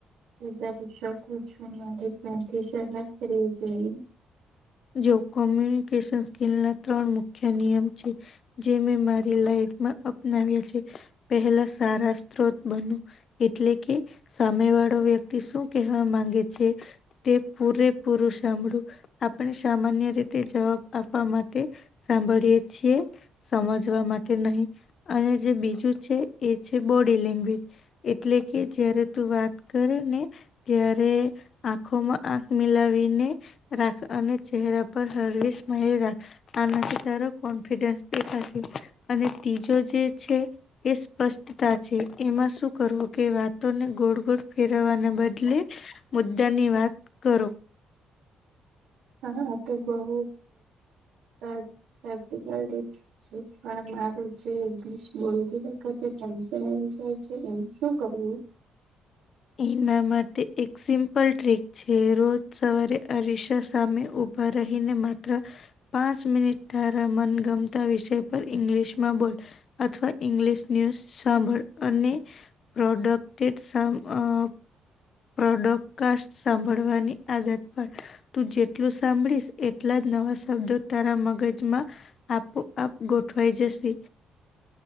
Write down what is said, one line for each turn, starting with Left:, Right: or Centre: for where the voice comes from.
Right: બ <unintelligible> શકું છું મારી ત્યાથી શરૂઆત કરવી જોઈએ
Left: જો કોમ્યુનિકેશન સ્કીલના ત્રણ મુખ્ય નિયમ છે. જે મેં મારી લાઈફમાં અપનાવ્યા છે. પહેલા સારા સ્ત્રોત બનો એટલે કે સામેવાળો વ્યક્તિ શું કેહેવા માંગે છે. તે પૂરે પૂરું સાંભળું આપ પણ સામાન્ય રીતે જવાબ આપવા માટે સાંભળીએે છીએ. સમજવા માટે નહીં અને જે બીજું છે એ છે બોડી લેંગ્વેજ. એટલેકે જયારે તું વાત કરે ને ત્યારે આંખોમાં આંખ મિલાવીને રાખ અને ચહેરા પર હળવી સ્માઈલ રાખ. આનાથી તારો કોન્ફિડન્સ દેખાશે અને તીજો જે છે. એ સ્પષ્ટતા છે એમાં શું કરવું કે વાતોને ગોળ ગોળ ફેરવવાના બદલે મુદ્દાની વાત કરો.
Right: હા, આ તો બહુ પ્રેક્ટિકલ રીત છે. પણ મારું જે ઇંગ્લિશ બોલતી વખતે ટેન્શન આવી જાય છે એનું શું કરવું?
Left: એના માટે એક સિમ્પલ ટ્રીક જે રોજ સવારે અરીસા સામે ઊભા રહી ને માત્ર પાંચ મિનિટ તારા મનગમતા વિષય પર ઇંગ્લિશમાં બોલ અથવા ઇંગ્લિશ ન્યુઝ સાંભળ અને પ્રોડક્ટેડ અહ પ્રોડકકાસ્ટ સાંભળવાની આદત પાડ તું જેટલું સાંભળીશ એટલા જ નવા શબ્દો તારા મગજમાં આપોઆપ ગોઠવાય જશે